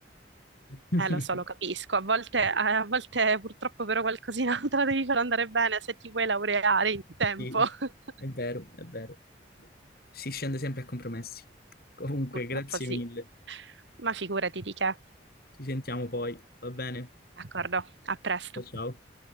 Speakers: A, on the left; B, on the right.
A: <laughs>
B: Eh, lo so, lo capisco. A volte, eh, a volte purtroppo però qualcosina <laughs> te la devi far andare bene se ti vuoi laureare in tempo.
A: Sì,
B: <laughs>
A: è vero, è vero. Si scende sempre a compromessi. Comunque,
B: Purtroppo
A: grazie
B: sì,
A: mille.
B: ma figurati di che.
A: Ci sentiamo poi, va bene?
B: D'accordo, a presto.
A: Ciao, ciao.